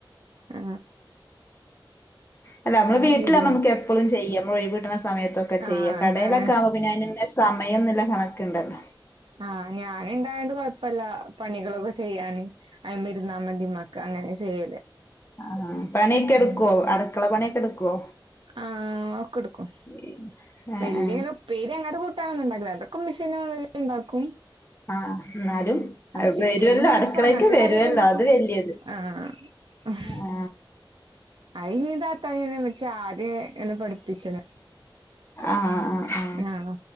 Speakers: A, on the right; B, on the left.
A: ആ
B: അല്ല നമ്മള് വീട്ടിലാ
A: ഇരു
B: നമക്ക് എപ്പോഴും ചെയ്യാം. ഒഴിവ് കിട്ടണ സമയത്തൊക്കെ
A: ആ
B: ചെയ്യ
A: എന്താണ്
B: കടയിലൊക്കെ ആകുമ്പോ പിന്നെ അതിന് സമയം ന്നുള്ള കണക്കുണ്ടല്ലോ
A: ആ ഞാന ഇണ്ടായണ്ട് കൊഴപ്പല്ല പണികളൊക്കെ ചെയ്യാൻ ആ <unintelligible> മതി മ്മാക്ക് അങ്ങനെ ചെയ്യല്
B: ആ പണി ഒക്കെ എടുക്കൊ
A: ഉം
B: അടുക്കള പണിഒക്കെ എടുക്ക് കോ
A: ആ ഒക്കെ എടുക്കും
B: ഏ
A: വല്യങ്ങനെ
B: ഏ
A: ഉപ്പേരി അങ്ങട്ട് കൊടു <unintelligible> അതൊക്കെ ഉമ്മശ്ശിന്നെ വന്ന് ണ്ടാക്കും
B: ആ എന്നാലും
A: ചിക്കനും
B: വരുവല്ലോ
A: ബീഫും
B: അടുക്കളക്ക്
A: അങ്ങനത്തെ
B: വരുവല്ലോ
A: കറിയൊക്കെ ഉണ്ടാക്കും
B: അത് വലിയത്
A: ആഹ്
B: ആ
A: ഇന്നിം താത്താനെന്നെ ഇമ്മച്ചി ആദ്യ തന്നെ പഠിപ്പിച്ച്ണ്
B: അ അ ആ
A: ആഹ്